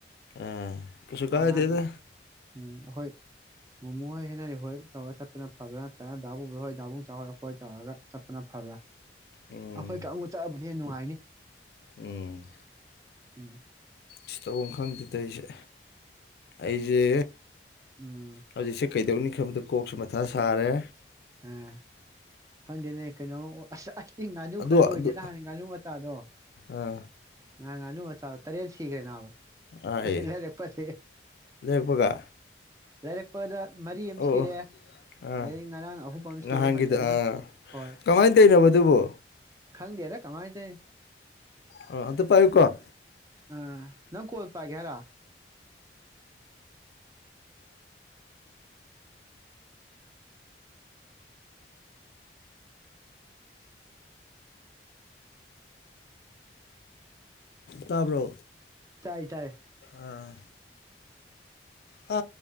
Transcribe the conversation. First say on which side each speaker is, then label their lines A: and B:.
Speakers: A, on the left; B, on the right.
A: ꯑ ꯀꯁꯨ ꯀꯥꯏꯗꯦꯗ
B: ꯑꯉꯥꯡꯈꯩ ꯎꯝ ꯑꯩꯈꯣꯏ ꯃꯣꯃꯣ ꯍꯣꯏ ꯍꯦꯟꯅꯔꯤ ꯍꯣꯏ ꯇꯧꯔ ꯆꯠꯄꯅ ꯐꯕ꯭ꯔꯥ ꯅꯠꯇ꯭ꯔꯒꯅ ꯗꯥꯕꯨꯡꯕꯨ ꯍꯣꯏ ꯗꯥꯕꯨꯡꯆꯥꯍꯣꯏ ꯇꯧꯔꯒ ꯆꯠꯄꯅ ꯐꯕ꯭ꯔꯥ
A: ꯎꯝ
B: ꯑꯩꯈꯣꯏ ꯀꯥꯡꯎ ꯆꯥꯕꯩ ꯍꯦ ꯅꯨꯡꯉꯥꯏꯅꯤ
A: ꯎꯝ
B: ꯎꯝ
A: ꯁꯤ ꯇꯧꯐꯝ ꯈꯪꯗꯦꯗ ꯑꯩꯁꯦ ꯑꯩꯁꯦ
B: ꯎꯝ
A: ꯍꯧꯖꯤꯛꯁꯦ ꯀꯩꯗꯧꯔꯅꯤ ꯁꯝꯗ ꯀꯣꯛꯁꯨ ꯃꯊꯥ ꯁꯥꯔꯦ
B: ꯑꯝ ꯈꯪꯗꯦꯅꯦ ꯀꯩꯅꯣ ꯏꯁꯤꯡ ꯉꯥꯅꯨ
A: ꯑꯗꯣ
B: ꯈꯔ ꯂꯣꯏꯒꯦ
A: ꯑꯗꯨ
B: ꯅꯍꯥꯟ ꯉꯥꯅꯨ ꯃꯆꯥꯗꯣ
A: ꯑꯥ
B: ꯉꯍꯥꯟ ꯉꯥꯅꯨ ꯃꯆꯥ ꯇꯔꯦꯠ ꯁꯤꯈ꯭ꯔꯦ ꯅꯥꯕ
A: ꯑꯥ ꯑꯦ
B: ꯂꯩꯔꯛꯄꯁ
A: ꯂꯩꯔꯛꯄꯒ
B: ꯂꯩꯔꯛꯄꯗ ꯃꯔꯤ ꯑꯃ
A: ꯑꯣ
B: ꯁꯤꯔꯦ
A: ꯑꯣ ꯑꯥ
B: ꯑꯗꯩ ꯉꯔꯥꯡ ꯑꯍꯨꯝ ꯑꯃ
A: ꯅꯍꯥꯟꯒꯤꯗ
B: ꯁꯤꯔꯦ ꯍꯧꯖꯤꯛ ꯑꯃ
A: ꯑꯥ
B: ꯍꯣꯏ
A: ꯀꯃꯥꯏꯅ ꯇꯧꯔꯤꯅꯣ ꯑꯗꯨꯕꯣ
B: ꯈꯪꯗꯦꯗ ꯀꯃꯥꯏ ꯇꯧꯔꯤꯅꯣ
A: ꯑꯥ ꯑꯝꯇ ꯄꯥꯏꯌꯨꯀꯣ
B: ꯑ ꯅꯪ ꯀꯣꯜ ꯄꯥꯏꯒꯦ ꯍꯥꯏꯔꯣ
A: ꯇꯥꯕ꯭ꯔꯣ
B: ꯇꯥꯏ ꯇꯥꯏ
A: ꯑꯥ ꯍꯥ